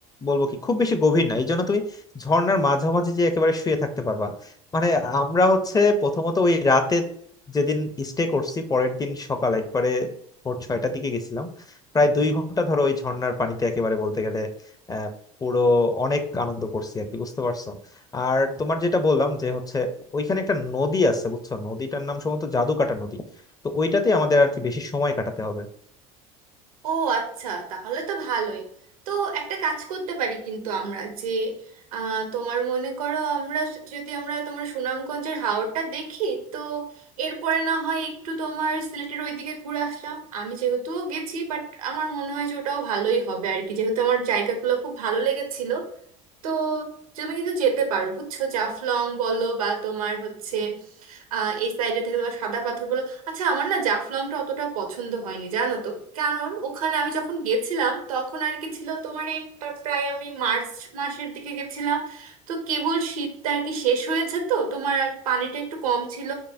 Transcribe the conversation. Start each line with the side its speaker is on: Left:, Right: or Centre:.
Left: বলবো কি খুব বেশি গভীর না এই জন্য তুমি ঝর্ণার মাঝামাঝি যে একেবারে শুয়ে থাকতে পারবা মানে আমরা হচ্ছে প্রথমত ওই রাতে যেদিন স্টে করছি পরের দিন সকাল একবারে ভোর ছয়টার দিকে গেছিলাম প্রায় দুই ঘন্টা ধরো ওই ঝর্ণার পানিতে একেবারে বলতে গেলে আহ পুরো অনেক আনন্দ করছি আর কি বুঝতে পারছো আর তোমার যেটা বললাম যে হচ্ছে ওইখানে একটা নদী আছে বুঝছো নদীটার নাম সম্ভবত জাদুকাটা নদী তো ওইটাতে আমাদের আর কি বেশি সময় কাটাতে হবে
Right: ও আচ্ছা তাহলে তো ভালোই তো একটা কাজ করতে পারি কিন্তু আমরা যে আহ, তোমার মনে করো আমরা যদি আমরা তোমার সুনামগঞ্জের হাওরটা দেখি তো এরপরে না হয় একটু তোমার সিলেটের ওইদিকে ঘুরে আসলাম আমি যেহেতু গেছি বাট আমার মনে হয় যে ওটাও ভালোই হবে আর কি যেহেতু আমার জায়গাগুলো খুব ভালো লেগেছিল তো তুমি কিন্তু যেতে পারো বুঝছো জাফলং বলো বা তোমার হচ্ছে আহ এই সাইডে থেকে তোমার সাদা পাথর বলো আচ্ছা আমার না জাফলংটা অতটা পছন্দ হয়নি জানো তো কারণ ওখানে আমি যখন গেছিলাম তখন আর কি ছিল তোমার এই প্রা- প্রায় আমি মার্চ মাসের দিকে গেছিলাম তো কেবল শীতটা আর কি শেষ হয়েছে তো তোমার আর পানিটা একটু কম ছিল